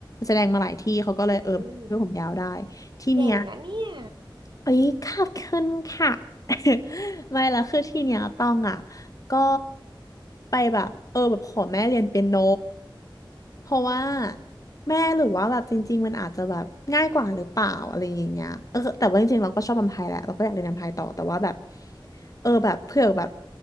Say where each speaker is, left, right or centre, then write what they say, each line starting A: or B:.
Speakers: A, on the left; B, on the right.
A: แสดงมาหลายที่เขาก็เลยเออช่วยผมยาวได้
B: ืม
A: ที่เนี้ย
B: เก่งนะเนี่ย
A: เอ้ยขอบคุณค่ะ <laughs> ไม่ละคือที่เนี้ยต้องอ่ะก็ไปแบบเออแบบขอแม่เรียนเปียโนเพราะว่าแม่หรือว่าแบบจริงๆมันอาจจะแบบง่ายกว่าหรือเปล่าอะไรอย่างเงี้ยเออแต่ว่าจริงๆเราก็ชอบรำไทยแหละเราก็อยากเรียนรำไทยต่อแต่ว่าแบบเออแบบเผื่อแบบ